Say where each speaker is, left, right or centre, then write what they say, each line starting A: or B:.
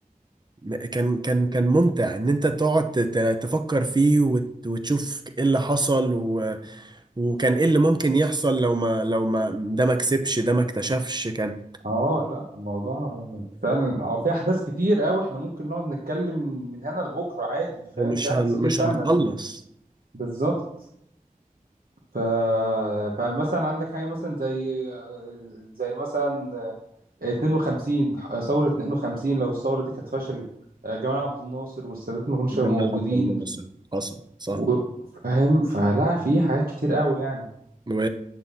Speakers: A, on the right; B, on the right.
A: م- كان كان كان ممتع إن أنت تقعد تت- تفكر فيه وت- وتشوف إيه اللي حصل و وكان إيه اللي ممكن يحصل لو ما لو ما ده ما كسبش ده ما اكتشفش كان
B: اه لا الموضوع فعلا اه في احداث كتير قوي احنا ممكن نقعد نتكلم من هنا لبكره عادي فاهم
A: ومش
B: في احداث
A: هن... مش
B: كتير فعلا
A: هنخلص
B: بالظبط ف... فمثلا عندك حاجة مثلا زي زي مثلا 52 ثورة 52 لو الثورة دي كانت فشلت جمال عبد الناصر والسادات ما كانوش
A: جمال
B: هيبقوا موجودين
A: عبد الناصر مثلا حصل صح
B: و- فاهم فلا في حاجات كتير قوي يعني
A: و...